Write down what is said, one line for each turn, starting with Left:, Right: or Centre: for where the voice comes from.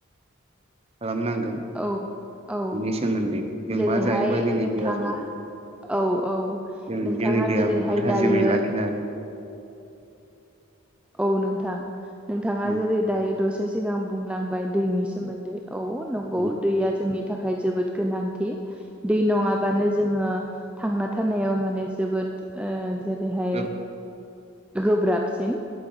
Right: खालामनांगोन
Centre: औ औ
Right: बेनि सोमोन्दै जों
Centre: जेरैहाय
Right: मा जायोबा जोंनि
Centre: नोंथाङा
Right: देहाखौ
Centre: औ औ
Right: जों
Centre: नोंथाङा
Right: जोंनि देहाफोरखौ
Centre: जेरैहाय दायो
Right: <unintelligible>
Centre: औ नोंथां नोंथाङा
Right: उम
Centre: जेरै दायो दसे सिगां बुंलांबाय दैनि सोमोन्दै औ नंगौ
Right: उम
Centre: दैया जोंनि थाखाय जोबोद गोनांथि। दै नङाबानो जोङो थांना थानायाव माने जोबोद ओ जेरैहाय
Right: गोब
Centre: गोब्राबसिन